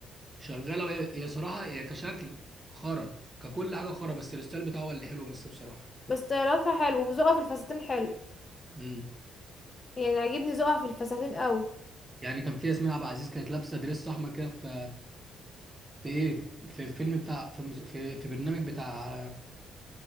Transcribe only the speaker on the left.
بس طياراتها حلو وذوقها في الفساتين حلو
يعني عاجبني ذوقها في الفساتين قوي